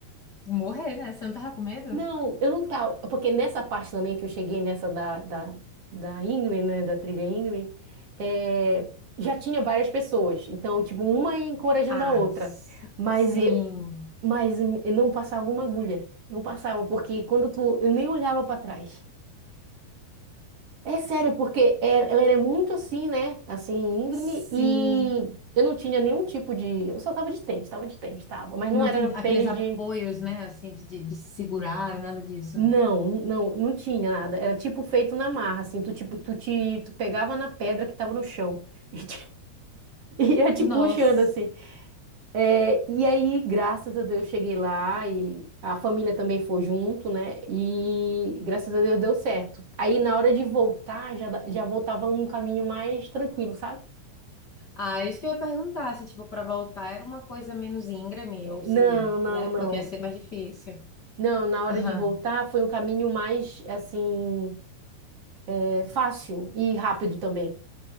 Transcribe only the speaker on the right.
Não, eu não tava. Porque nessa parte também que eu cheguei, nessa da, da, da Ingrid, né? Da trilha Ingrid, é, já tinha várias pessoas. Então, tipo, uma encorajando
a outra.
Mas
eu, mas eu não passava uma agulha. Não passava, porque quando tu. Eu nem olhava pra trás. É sério, porque é- ela era muito assim, né? Assim, íngreme,
e eu não tinha nenhum tipo de. Eu só tava de tênis, tava de tênis, tava. Mas não
era
tênis
de.
Não, não, não tinha nada. Era tipo feito na marra, assim. Tu, tipo, tu, te, tu pegava na pedra que tava no chão <laughs> e te- e ia te
puxando, assim. É, e aí, graças a Deus, cheguei lá e a família também foi junto, né? E graças a Deus deu certo. Aí, na hora de voltar, já, da- já voltava um caminho mais tranquilo, sabe?
Não,
não,
não.
Não, na hora
de voltar foi um caminho mais, assim, é, fácil e rápido também.